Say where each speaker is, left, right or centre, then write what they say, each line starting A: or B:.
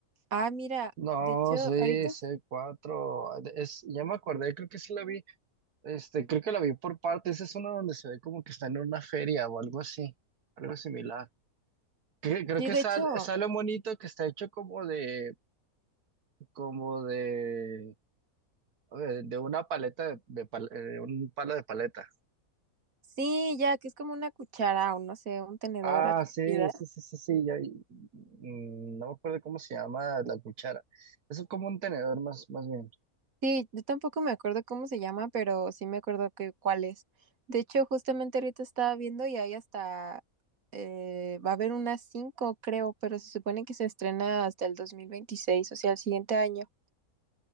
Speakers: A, on the right; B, on the right.
A: Ah, mira,
B: No,
A: de hecho,
B: sí,
A: ahorita,
B: sí hay cuatro. Es, ya me acordé, creo que sí la vi. Este, creo que la vi por partes. Es una donde se ve como que está en una feria o algo así, algo similar. Cre- Creo,
A: sí,
B: que
A: de
B: sale,
A: hecho,
B: sale un monito que está hecho como de, como de, de de una paleta de, de pal- de un palo de paleta.
A: sí, ya, que es como una cuchara o no sé, un tenedor
B: Ah,
A: a comida.
B: sí, sí, sí, sí, sí. ya- y- mm, no me acuerdo cómo se llama la cuchara. Es como un tenedor más, más bien.
A: Sí, yo tampoco me acuerdo cómo se llama, pero sí me acuerdo que cuál es. De hecho, justamente ahorita estaba viendo y ahí hasta eh, va a haber unas cinco, creo, pero se supone que se estrena hasta el dos mil veintiséis o sea, el siguiente año.